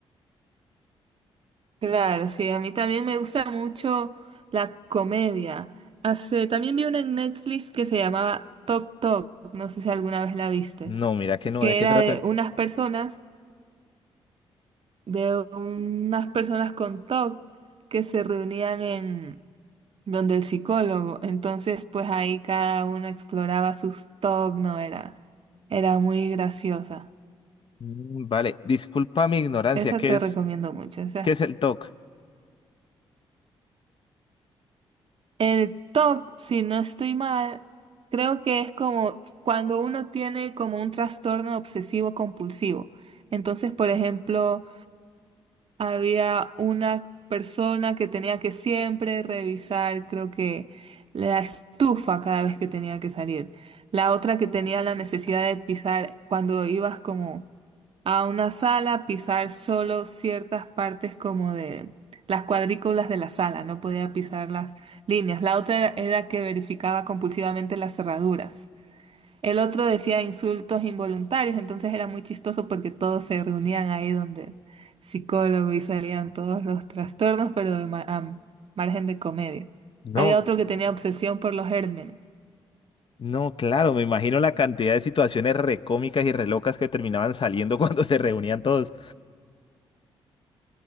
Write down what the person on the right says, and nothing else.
Claro, sí, a mí también me gusta mucho la comedia. Hace, también vi una en Netflix que se llamaba Tok Tok, no sé si alguna vez la viste,
que
era
de unas personas de unas personas con TOC que se reunían en donde el psicólogo. Entonces, pues ahí cada uno exploraba sus TOC, no era, era muy graciosa.
Esa
te
recomiendo mucho. O sea,
el TOC, si no estoy mal, creo que es como cuando uno tiene como un trastorno obsesivo compulsivo. Entonces, por ejemplo, Había una persona que tenía que siempre revisar, creo que la estufa cada vez que tenía que salir. La otra que tenía la necesidad de pisar cuando ibas como a una sala, pisar solo ciertas partes como de las cuadrículas de la sala, no podía pisar las líneas. La otra era, era que verificaba compulsivamente las cerraduras. El otro decía insultos involuntarios, entonces era muy chistoso porque todos se reunían ahí donde el psicólogo y salían todos los trastornos, pero de ma- a margen de comedia.
Había otro que tenía obsesión por los gérmenes.